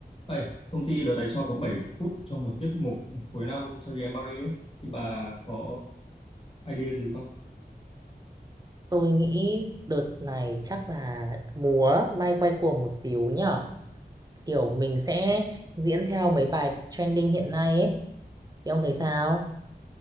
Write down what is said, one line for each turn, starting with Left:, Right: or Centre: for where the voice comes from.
Left: Thầy, công ty đợt này cho có 7 phút cho một tiết mục cuối năm cho em Paris ấy. Thì bà có idea gì không?
Right: Tôi nghĩ đợt này chắc là múa may quay cuồng một xíu nhở. Kiểu mình sẽ diễn theo mấy bài trending hiện nay ấy. Thì ông thấy sao?